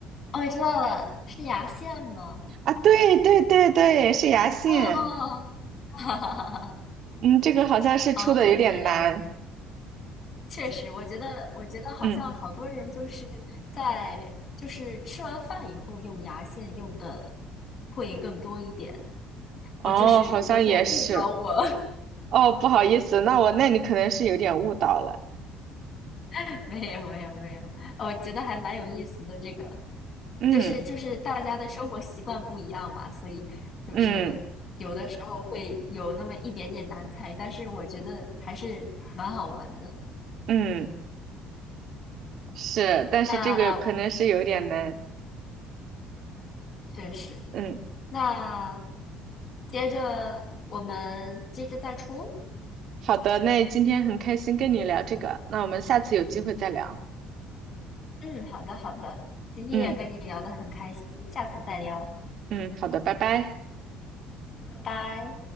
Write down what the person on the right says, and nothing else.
啊，对对对对，是牙线。
嗯，这个好像是出的有点难。
嗯，
哦，
好像也是。
哦，不好意思，那我那你可能是有点误导了。
嗯
嗯
嗯，是，但是这个可能是有点难。
嗯，
好的，那今天很开心跟你聊这个，那我们下次有机会再聊。
嗯
嗯，好的，拜拜。